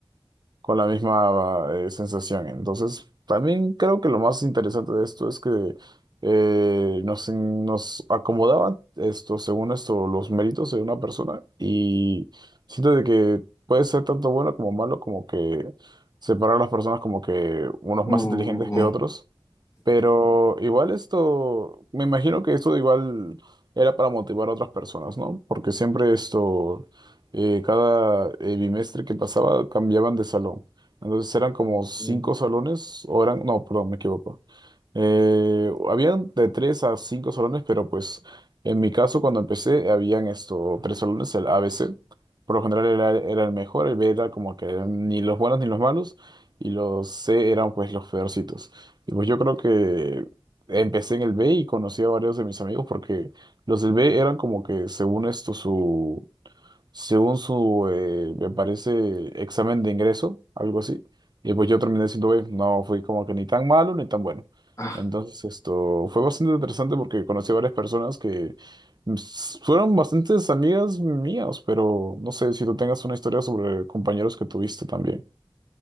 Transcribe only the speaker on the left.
Uh,
uh,
uh.